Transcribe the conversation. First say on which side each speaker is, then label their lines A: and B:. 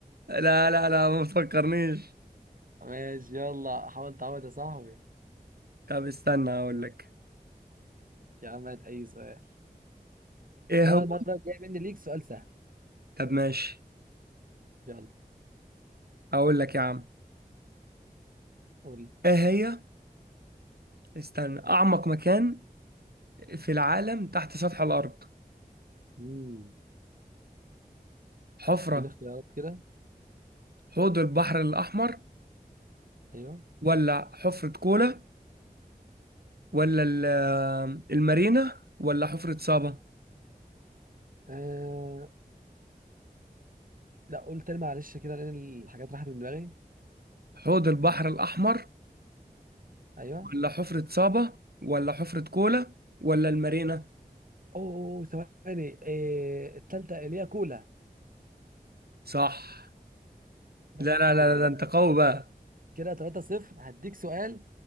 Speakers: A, on the right (about 80°); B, on the right (about 60°).
A: لا لا لا ما تفكرنيش
B: ماشي يلا حاول تعود يا صاحبي
A: طب استنى أقول لك
B: يا عم هات أي سؤال
A: إيه
B: وانا
A: هو
B: المره الجايه مني ليك سؤال سهل
A: طب ماشي
B: يلا
A: أقول لك يا عم
B: قول لي
A: إيه هي استنى أعمق مكان في العالم تحت سطح الأرض
B: امم
A: حفرة
B: اديني اختيارات كده
A: حوض البحر الأحمر
B: ايوه
A: ولا حفرة كولا ولا ال- المارينا ولا حفرة صابا
B: آه... لا قول تاني معلش كده لان الحاجات راحت من دماغي
A: حوض البحر الأحمر
B: ايوه
A: ولا حفرة صابة ولا حفرة كولا ولا المارينا
B: اوه ثواني آه... التالتة اللي هي كولا
A: صح
B: بس
A: لا لا
B: كده
A: لا لا، ده
B: بقى.
A: انت قوي بقى
B: كده 3 0 هديك سؤال